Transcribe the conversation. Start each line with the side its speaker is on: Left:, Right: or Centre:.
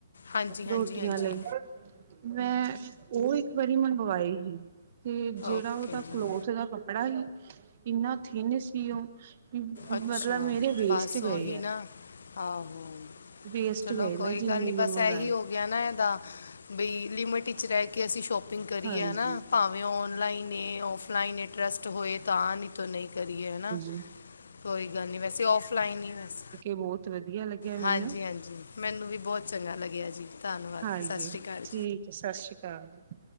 Left: ਹਾਂਜੀ ਹਾਂਜੀ
Right: ਰੋਟੀਆਂ
Left: ਹਾਂਜੀ
Right: ਲਈ। ਮੈਂ ਉਹ ਇੱਕ ਵਾਰੀ ਮੰਗਵਾਈ ਸੀ। ਤੇ ਜਿਹੜਾ
Left: ਓਕੇ
Right: ਉਹਦਾ
Left: ਜੀ
Right: ਕਲੋਥ ਦਾ ਕੱਪੜਾ ‌ ਬੜਾ ਹੀ ਇੰਨਾ ਥਿੰਨ ਸੀ। ਉਹ ਕਿ
Left: ਅੱਛਾ।
Right: ਮਤਲਬ ਮੇਰੇ ਵੇਸਟ
Left: ਬਸ
Right: ਗਏ
Left: ੳ। ਹੀ
Right: ਆ
Left: ਨਾ ਆਹੋ।
Right: ਵੇਸਟ
Left: ਚਲੋ
Right: ਗਏ
Left: ਕੋਈ
Right: ਮੈਂ ਜਿੰਨੀ
Left: ਗੱਲ ਨ
Right: ਵੀ
Left: ਬਸ
Right: ਮੰਗਵਾਏ
Left: ਇਹੀ ਹੋ ਗਿਆ ਨਾ ਇਹਦਾ। ਬਈ, ਲਿਮਿਟ ਵਿੱਚ ਰਹਿ਼ ਕਿ ਅਸੀਂ ਸ਼ੋਪਿੰਗ ਕਰੀਏ
Right: ਹਾਂਜੀ
Left: ਹੈ ਨਾ। ਭਾਵੇਂ ਔਨਲਾਈਨ ਏ, ਔਫਲਾਈਨ ਇ ਟਰਸਟ ਹੋਏ ਤਾਂ ਨ। ਤਾ ਨਹੀਂ ਕਰੀਏ ਹੈ।
Right: ਹਮ।
Left: ਕੋਈ ਗੱਲ ਨਹੀਂ ਵੈਸੇ ਔਫਲਾਈਨ ਹੀ ਵੈਸ
Right: ਬਹੁਤ ਵਧੀਆ ਲੱਗਿਆ ਮੈਨੂੰ
Left: ਹਾਂਜੀ- ਹਾਂਜੀ। ਮੈਨੂੰ ਵੀ ਬਹੁਤ ਚੰਗਾ ਲੱਗਿਆ ਜੀ। ਧੰਨਵਾਦ।
Right: ਹਾਂਜੀ
Left: ਸਤਿ ਸ਼੍ਰੀ ਅਕਾਲ
Right: ਠੀਕ
Left: ਜੀ।
Right: ਹੈ। ਸਤਿ ਸ਼੍ਰੀ ਅਕਾਲ ਜੀ।